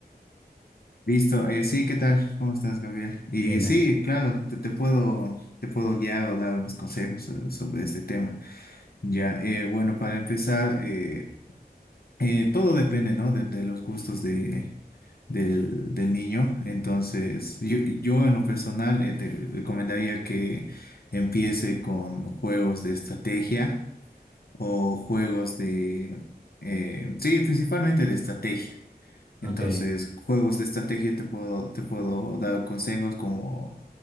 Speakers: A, on the left; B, in the centre.
A: Listo, eh, sí, ¿qué tal? ¿Cómo estás, Gabriel? Y
B: Bien, bien.
A: sí, claro, te, te puedo, te puedo guiar o dar unos consejos eh, sobre este tema. Ya, eh, bueno, para empezar, eh, eh, todo depende, ¿no? De, de los gustos de, del, del niño. Entonces, yo, yo en lo personal eh, te recomendaría que empiece con juegos de estrategia o juegos de, eh, sí, principalmente de estrategia. Entonces,
B: Ok.
A: juegos de estrategia te puedo, te puedo dar consejos como,